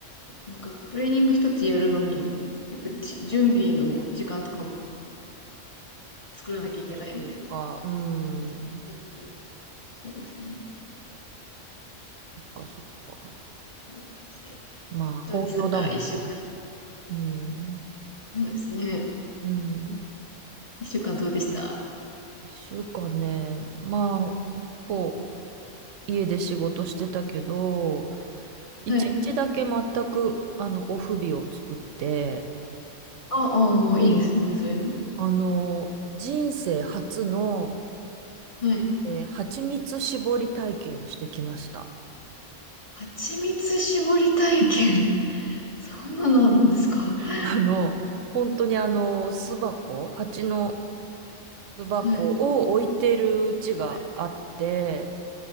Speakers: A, on the left; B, on the right.
A: なんかトレーニング一つやるのに、やっぱりじ準備の時間とかも作らなきゃいけないんで、
B: そうか、うん。
A: そうするとそうですね。
B: そっか、そっか。
A: ていう感じで。
B: まあ、本業だもんね。
A: どうでしたか一週間。
B: うん。
A: そうですね。
B: うん。
A: 一週間どうでした
B: 一週間ね、まあ、ほぼ家で仕事してたけど、一日だけ全く、
A: はい。
B: あの、オフ日を作って、
A: あ、ああ、
B: うん。
A: いいですね。そういうの。
B: あの、人生初の、
A: はい。
B: えー蜂蜜搾り体験をしてきました。
A: 蜂蜜絞り体験。<laughs> そんなのあるんですかはい。
B: <laughs> あの、本当にあの、巣箱、蜂の巣箱を置いてるうちがあって、
A: はい。はい。